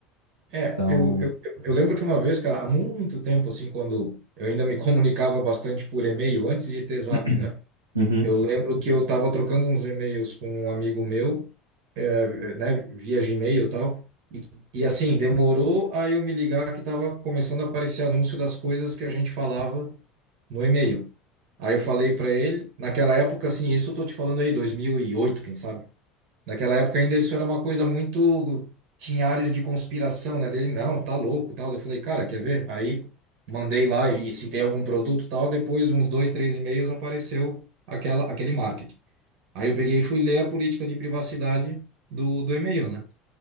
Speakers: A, on the right; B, on the right.
A: É,
B: Então,
A: eu, eu, eu lembro que uma vez, cara, há muito tempo, assim, quando eu ainda me <laughs> comunicava bastante por e-mail, antes de ter Zap,
B: <clears throat>
A: né?
B: Uhum.
A: Eu lembro que eu tava trocando uns e-mails com um amigo meu, é, né, via Gmail e tal, e, e assim, demorou a eu me ligar que tava começando a aparecer anúncio das coisas que a gente falava no e-mail. Aí eu falei para ele, naquela época, assim, isso eu tô te falando aí, 2008, quem sabe? Naquela época ainda isso era uma coisa muito. Tinha áreas de conspiração, né? Dele, não, tá louco, tal. Eu falei, cara, quer ver? Aí mandei lá e se tem algum produto, tal. Depois de uns dois, três e-mails apareceu aquela, aquele marketing. Aí eu peguei e fui ler a política de privacidade do, do e-mail, né?